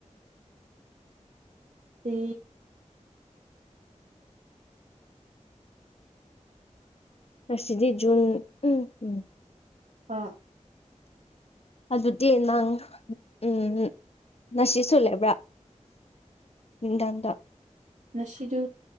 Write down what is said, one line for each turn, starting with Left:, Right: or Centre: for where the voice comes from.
Right: ꯇ
Left: ꯑꯁꯗꯤ ꯖꯨꯟ ꯎꯝ ꯎꯝ
Right: ꯍꯥ
Left: ꯑꯗꯨꯗꯤ ꯅꯪ ꯎꯝ ꯅꯁꯤꯁꯨ ꯂꯩꯦꯕ꯭ꯔ ꯗꯥꯗ
Right: ꯉꯁꯤꯗꯨ